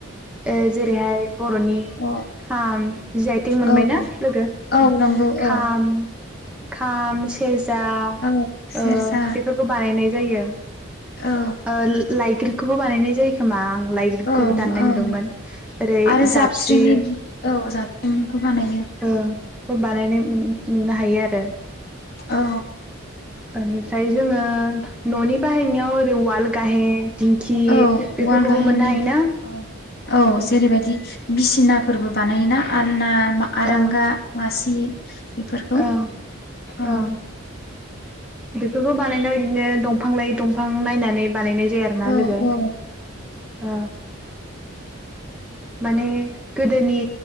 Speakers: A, in the centre; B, on the left (about 45°).
A: ओ जेरैहाय बरनि
B: औ
A: खाम जि आइ टेक मोनबायना
B: औ
A: लोगो
B: औ
A: उम
B: नंगौ
A: खाम
B: औ
A: खाम सेर जा
B: औ सेरजा
A: अ बेफोरखौ बानायनाय जायो
B: औ
A: आ ला <inaudible> फ्रि खौबो बानायनाय जायो खोमा आं <unintelligible>
B: ओं
A: खौबो दाननानै
B: ओं
A: दोंमोन जेरै
B: आरो
A: जाबस्रि
B: जाबस्रिंनि औ जाबस्रिंनिखौ बानायो
A: <unintelligible> बानायनाय नुनो हायो आरो
B: औ
A: बेनिफ्राय जोङो ओ ननि बाहायनायाव ओरै उवाल गाइहे दिंखि
B: औ
A: बेफोरखौबो
B: उवाल गाहेननि
A: मोननो हायोना
B: औ औ जेरैबायदि बिसिनाफोरबो बानायोना आलना आरांगा
A: ओं
B: मासि <unintelligible> बेफोरखौ औ
A: ओं ओं बेफोरखौ बानायनायाव बिदिनो दंफां लायै दंफां नायनानै बानायनाय जायो आरोना
B: औ
A: लोगो
B: औ
A: औ <unintelligible> माने गोदोनि